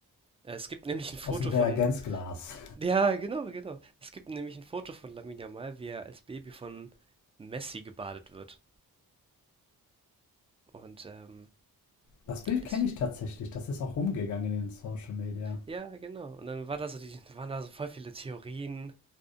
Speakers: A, on the right (about 15°); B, on the left (about 55°).
A: Äh, Es gibt <laughs> nämlich ein Foto
B: Aus dem Reagenzglas.
A: von ja, genau, genau. Es gibt nämlich ein Foto von Lamine Yamal, wie er als Baby von Messi gebadet wird. Und, ähm,
B: Das Bild
A: das
B: kenne ich tatsächlich, das ist auch rumgegangen in den Social Media.
A: ja, genau. Und dann war da so die waren da so voll viele Theorien,